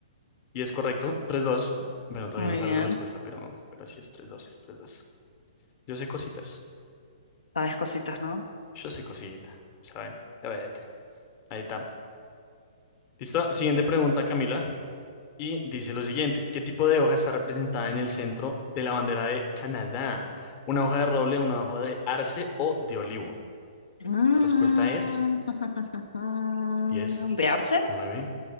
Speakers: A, on the left; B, on the left.
A: Y es correcto, tres dos Bueno, todavía
B: Muy
A: no sale
B: bien.
A: la respuesta, pero, pero sí es tres dos es tres dos Yo sé cositas.
B: Sabes cositas, no
A: Yo sé cosita, ¿sabe? Diabetes. Ahí está. ¿Listo? Siguiente pregunta, Camila. Y dice lo siguiente, ¿qué tipo de hoja está representada en el centro de la bandera de Canadá? ¿Una hoja de roble, una hoja de arce o de olivo?
B: Mm,
A: La respuesta es
B: <laughs>
A: diez
B: ¿De Arce?
A: 9.